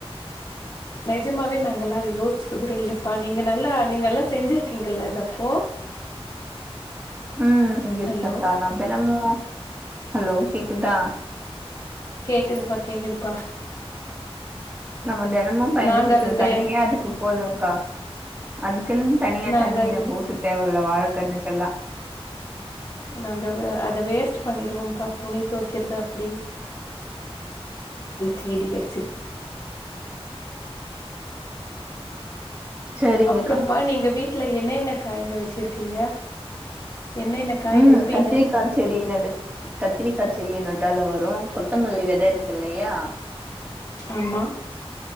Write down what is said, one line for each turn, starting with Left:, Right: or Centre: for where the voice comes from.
Left: நிஜமாவே நாங்க எல்லா அத யோசிச்சது கூட இல்லப்பா நீங்க நல்லா நீங்க எல்லா செஞ்சிருக்கீங்கல்ல இதப்போ
Right: ம் செஞ்சுருக்கேக்கா
Left: ஹலோ
Right: நா தெனமு ஹலோ கேக்குதா
Left: கேக்குதுப்பா கேக்குதுப்பா
Right: நம்ம தெனமு பயன்படுத்துற
Left: நாங்க அது
Right: தண்ணியே
Left: தே
Right: அதுக்கு போதுகா அதுக்குன்னு தனியா
Left: நாங்க
Right: தண்ணி
Left: அது
Right: நம்ம ஊத்து தேவல்ல வாழக்கன்னுக்கெல்லா
Left: நாங்க வ அத வேஸ்ட்டு பண்ணிருவோ பா துணி தொவைக்கறது அப்டி சேதி கெடச்சது
Right: சரிங்கக்கா.
Left: அப்பறோ ப்பா நீங்க வீட்ல என்னென்ன காய்ங்க வச்சிருக்கீங்க என்னென்ன காய்
Right: ம்
Left: வைப்பீங்க
Right: கத்திரிக்கா செடினது கத்திரிக்கா செடிய நட்டாலு வரு கொத்தமல்லி வெத இருக்கு இல்லையா
Left: ஆமா